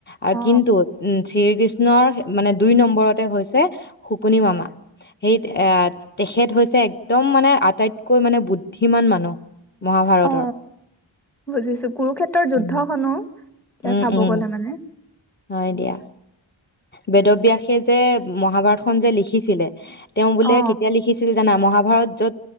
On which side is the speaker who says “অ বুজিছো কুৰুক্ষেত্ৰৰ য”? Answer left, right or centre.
Centre